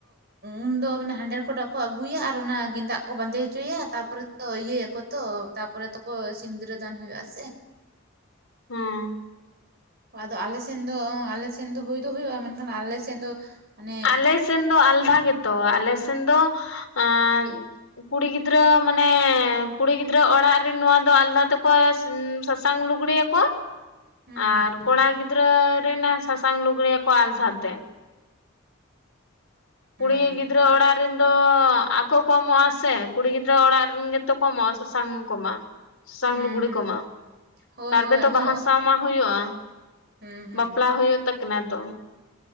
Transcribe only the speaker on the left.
ᱦᱚᱸ
ᱟᱞᱮᱥᱱ ᱫᱚ ᱟᱞᱫᱷᱟ ᱜᱮᱛᱚ ᱟᱞᱮ ᱥᱮᱱ ᱫᱚ ᱟᱸ ᱠᱩᱲᱤ ᱜᱤᱫᱽᱨᱟᱹ ᱢᱟᱱᱮ ᱠᱩᱲᱤ ᱜᱤᱫᱽᱨᱟᱹ ᱚᱲᱟᱜ ᱨᱤᱱ ᱱᱚᱣᱟ ᱫᱚ ᱟᱞᱫᱟ ᱛᱮᱠᱚ ᱩᱸ ᱥᱟᱥᱟᱝ ᱞᱩᱜᱽᱲᱤ ᱭᱟᱠᱚᱠᱚᱣᱟ
ᱟᱨ
ᱠᱚᱲᱟ
ᱜᱤᱫᱽᱨᱟᱹ ᱨᱤᱱ ᱥᱟᱥᱟᱝ ᱞᱩᱜᱽᱲᱤᱭᱟ ᱠᱚᱣᱟ ᱟᱞᱫᱷᱟ ᱛᱮ ᱠᱩᱲᱤ
ᱜᱤᱫᱽᱨᱟᱹ ᱚᱲᱟᱜ ᱨᱮᱱ ᱫᱚ ᱟᱠᱚ ᱚᱢᱚᱜ ᱟ ᱥᱮ ᱠᱩᱲᱤ ᱜᱤᱫᱽᱨᱟᱹ ᱚᱲᱟᱜ ᱨᱤᱱ ᱜᱮᱛᱚ ᱠᱚ ᱚᱢᱚᱜᱼᱟ ᱥᱟᱥᱟᱝ ᱠᱚᱢᱟᱼᱟ ᱥᱟᱝ
ᱞᱩᱜᱽᱲᱤ
ᱠᱚᱢᱟ
ᱛᱟᱨᱯᱚᱨᱮ
ᱛᱚ
ᱵᱟᱦᱟ ᱥᱟᱶ ᱢᱟ ᱦᱩᱭᱩᱜᱼᱟ᱾
ᱵᱟᱯᱞᱟ ᱦᱩᱭᱳᱜ ᱛᱟᱠᱤᱱᱟ ᱛᱚ᱾